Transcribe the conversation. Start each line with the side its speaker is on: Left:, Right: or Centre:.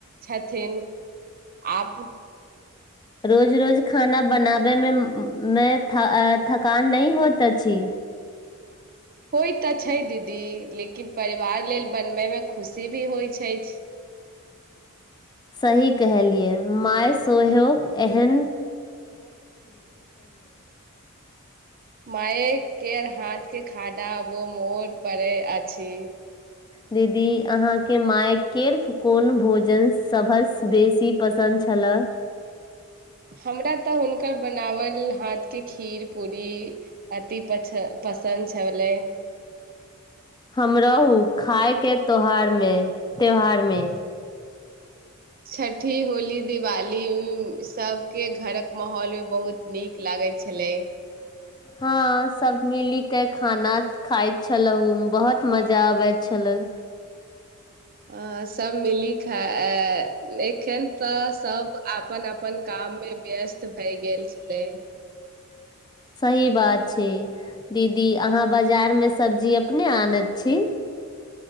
Right: छथिन। आप।
Left: रोज- रोज खाना बनाबै मे में थ थकान नहि होत अछि।
Right: होइ त छै दीदी लेकिन परिवार लेल बनबैमे खुशी भी होइ छइ।
Left: सही कहलियै मााय सेहो एहन।
Right: माय केर हाथ के खानाबो मोड़ पड़ै अछि।
Left: दीदी अहाँके मायकेर्फ कोन भोजन सभसँ बेसी पसन्द छलए।
Right: हमरा तऽ हुनकर बनावल हाथके खीर पूरी अति पछ पसन्द छलै।
Left: हमरहू। खायके तोहार मे त्यौहार मे।
Right: छठि होली दिवाली सबके घरक माहौलमे बहुत नीक लागल छलै।
Left: हँ सब मिली के खाना खाइत छलहु बहुत मजा आबैत छले।
Right: आ सभ मिली खा एखन तऽ सभ अपन -अपन काममे व्यस्त भए गेल छलै।
Left: सही बात छै दीदी अहाँ बाजारमे सब्जी अपने आनत छी।